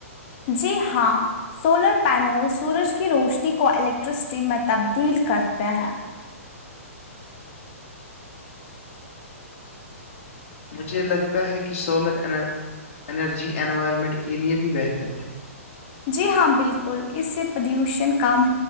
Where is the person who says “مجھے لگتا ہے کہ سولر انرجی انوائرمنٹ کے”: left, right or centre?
Left